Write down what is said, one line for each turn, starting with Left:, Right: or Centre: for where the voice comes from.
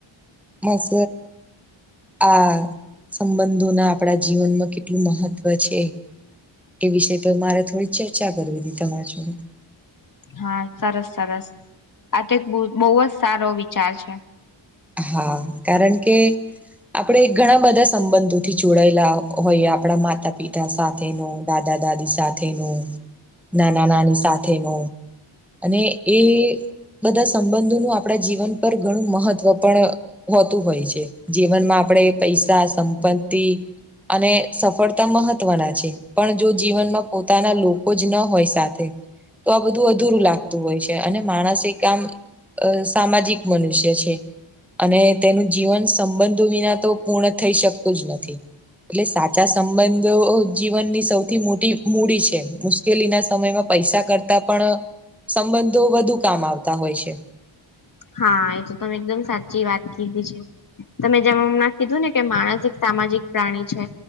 Centre: મસ આ સંબંધોના આપડા જીવનમાં કેટલું મહત્વ છે. એ વિષ તો મારે થોડીક ચર્ચા કરવી હતીી તમારા જોડે.
Left: હા સરસ સરસ, આ તો એક બહુ જ સારો વિચાર છે.
Centre: હા કારણ કે આપણેે ઘણા બધા સંબંધોથી જોડાયેલા હોઈએ આપણા માતા મા પિતા સાથેનો દાદા દાદી સાથેનો. નાના નાની સાથેનો, અને એ બધા સંબંધો નું આપણા જીવન પર ઘણું મહત્વ પણ હોતું હોય છે જીવનમાં આપણે પૈસા સંપત્તિ. અને સફળતા મહત્વના છે. પણ જો જીવનમાં પોતાના લોકો જ ન હોય સાથે. તો આ બધું અધુરું લાગતું હોય છે અને માણસ એ કામ અ સામાજિક મનુષ્ય છે. અને તેનું જીવન સંબંધો વિના તો પૂર્ણ થઈ શકતું જ નથી. એટલે સાચા સંબંધો જીવનની સૌથી મોટી મૂડી છે. મુકેલી ના સમયમાં પૈસા કરતા પણ, સંબંધો વધુ કામ આવતા હોય છે.
Left: હા એ તો તમે એકદમ સાચી વાત કીધી છે. તમે જમણા કીધું ને કે માણસ એક સામાજિક પ્રાણી છે